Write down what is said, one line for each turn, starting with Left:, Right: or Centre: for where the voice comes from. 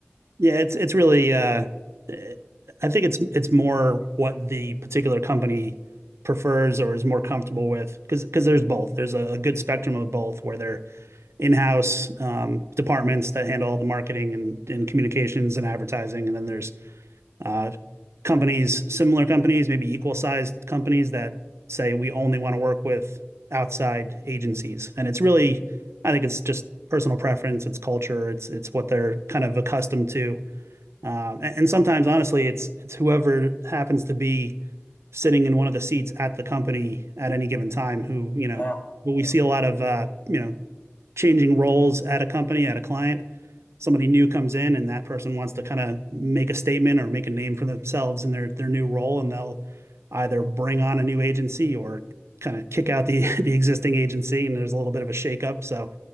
Right: yeah, it's it's really uh, eh, I think it's it's more what the particular company prefers or is more comfortable with because because there's both. There's a, a good spectrum of both where they're in-house um, departments that handle all the marketing and, and communications and advertising, and then there's uh, companies, similar companies, maybe equal sized companies that say we only want to work with outside agencies. And it's really, I think it's just personal preference, it's culture, it's it's what they're kind of accustomed to. Um, and, and sometimes, honestly, it's it's whoever happens to be sitting in one of the seats at the company at any given time who you know.
Left: problem?
Right: But we
Left: Yeah,
Right: see
Left: yeah.
Right: a lot of uh, you know changing roles at a company, at a client, somebody new comes in and that person wants to kind of make a statement or make a name for themselves in their their new role and they'll either bring on a new agency or kind of kick out the <laughs> the existing agency and there's a little bit of a shakeup. So